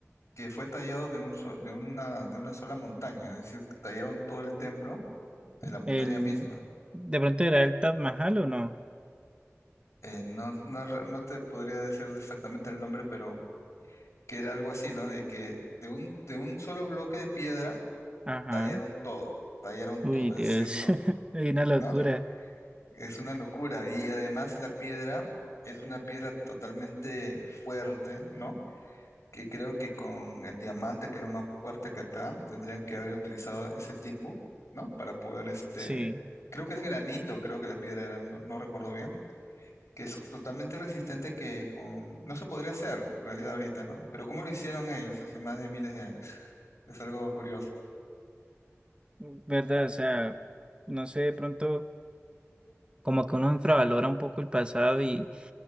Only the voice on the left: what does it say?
que fue tallado de un so- de una, de una sola montaña, es decir, tallaron todo el templo de la montaña
misma.
Eh, no, no, re- no te podría decir exactamente el nombre, pero que era algo así, ¿no? De que de un, de un solo bloque de piedra
tallaron todo, tallaron todo,
es
decir, no,
¿no? Es una locura. Y además la piedra es una piedra totalmente fuerte, ¿no? que creo que con el diamante, que es lo más fuerte que acá, tendrían que haber utilizado ese tipo, ¿no? Para poder, este,
creo que es granito, creo que la piedra era, no, no recuerdo bien, que es totalmente resistente que con, no se podría hacer en realidad ahorita, ¿no? Pero ¿cómo lo hicieron ellos hace más de miles de años? Es algo curioso.